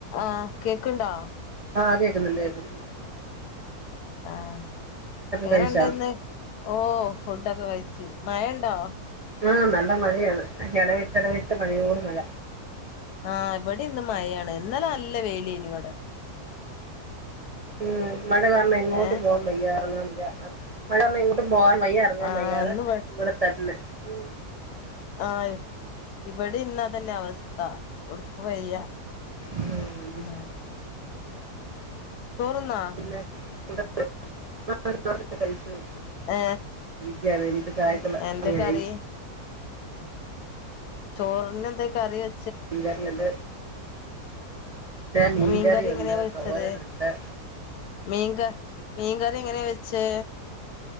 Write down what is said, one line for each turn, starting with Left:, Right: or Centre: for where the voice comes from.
Left: ആഹ് കേക്ക്ണ്ടാ?
Right: ആഹ് കേക്കുന്നുണ്ട് കേക്കുന്നു
Left: ആഹ് എങ്ങനെ
Right: കഴിച്ചാ
Left: ഇണ്ട്‌ന്ന് ഓ ഫുഡൊക്കെ കഴിച്ചു മഴണ്ടോ?
Right: ആഹ് നല്ല മഴയാണ് ഇടവിട്ടിടവിട്ട് മഴയോടു മഴ
Left: ആഹ് ഇവിടേം ഇന്ന മഴയാണ് ഇന്നലെ നല്ല വെയിലേനി ഇവിടെ
Right: ഉം മഴ കാരണം എങ്ങോട്ടും
Left: ഏഹ്
Right: പോകാൻ വയ്യ ഇറങ്ങാൻ <unintelligible> പോകാൻ വയ്യ ഇറങ്ങാൻ
Left: ആഹ്
Right: വയ്യാതെ
Left: ഇന്ന് ഇവ
Right: ഇവിടെ തന്നെ മം
Left: ആഹ് ഇവിടെം ഇന്നതന്നെ അവസ്ഥ ഒടുക്കും വയ്യ
Right: ആഹ് അത്
Left: ആ
Right: ശരി
Left: ചോറ്ന്നോ?
Right: പിന്നെ <unintelligible>
Left: ഏ
Right: <unintelligible>
Left: എന്താ
Right: സമയായി
Left: കറി? ചൊറിനെന്തേ കറി വെ
Right: മീൻ കറി അത് മീൻകറിയുണ്ട്
Left: മീൻകറി എങ്ങനെയാ വെച്ചത്
Right: തോരനുണ്ട്
Left: മീൻക മീൻകറി എങ്ങനെയാ വെച്ചേ?